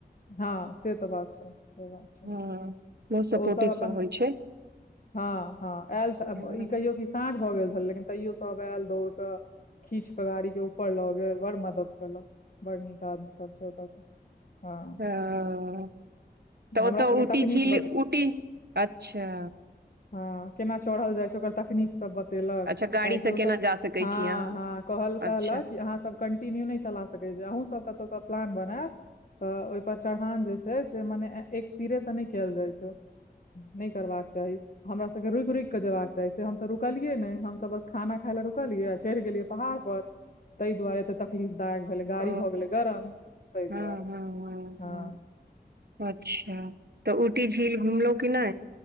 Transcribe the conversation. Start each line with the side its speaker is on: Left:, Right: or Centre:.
Left: ह से तऽ बात छै से बात छै
Right: हँ बहुत सपोर्टिव
Left: ओ सब अपन
Right: होइ छै
Left: ह ह एल
Right: हँ
Left: इ कहियो कि साँझ भऽ गेल छलेै लेकिन तैयो सब एल दौड़ कऽ खीच क गाड़ी के ऊपर लऽ गेल बड़ मदद केलक बड़ नीक आदमी सब छैय ओतऽ के हँ
Right: हऽ तऽ
Left: हमरा
Right: ओ तऽ
Left: सबके
Right: उटी
Left: तकनीक
Right: झील उटी अच्छा
Left: ह केना चढ़ल जाय छैय ओकर तकनीक सब बतेलक
Right: अच्छा गाड़ी
Left: काहियो
Right: से केना
Left: सब
Right: जा सकै
Left: ह
Right: छी अहाँ
Left: ह कहल-
Right: अच्छा
Left: कहलक कि अहाँ सब कंटिन्यू नै चला सकै छै अहूँ सब कतौ क प्लान बनेब तऽ ओहिपर चढ़ान जे छैय से मने एक सिरे से नै कऽल जाय छैय नै करबाक चाही हमरा सब के रूइक रुइक कऽ जेबाक चाही जे हम सब रुकलियै ने हम सब बस खाना खााय लए रुकलियै आ चैढ़ गेलियै पहाड़ पर तैय दुआरे एते तकलीफ दायक भेलै गाड़ी
Right: ओ
Left: भऽ गेलै गरम तै
Right: हँ
Left: दुआरे
Right: हँ हँ
Left: हाऽ
Right: हँ अच्छा तऽ उटी झील घुमलौ कि नै